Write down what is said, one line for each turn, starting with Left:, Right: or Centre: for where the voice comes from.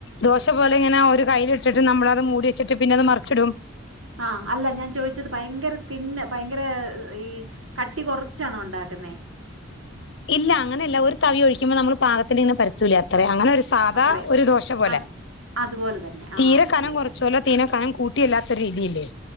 Left: ദോശ പോലെ ഇങ്ങനെ ഒരു കയ്യിൽ ഇട്ടിട്ട് നമ്മളത് മൂടി വച്ചിട്ട് പിന്നെ അത് മറിച്ചിടും
Right: ആഹ് അല്ല ഞാൻ ചോദിച്ചത് ഭയങ്കര തിന്ന ഭയങ്കര ഈ കട്ടി കുറച്ചാണോ ഉണ്ടാക്കുന്നെ
Left: ഇല്ല അങ്ങനെയല്ല ഒരു തവി ഒഴിക്കുമ്പോ നമ്മള് പാകത്തിന്റെ ഇങ്ങനെ പരുത്തൂല അത്ര അങ്ങനെ ഒരു സാധാ
Right: അത്രയും
Left: ഒരു ദോശ പോലെ
Right: ആ, അതുപോലെ തന്നെ ആ
Left: തീരെ
Right: ഓക്കെ
Left: കനം
Right: ഓക്കെ
Left: കുറച്ചുവല്ല തീരെ കനം കൂ <unintelligible> രീതി ഇല്ലേ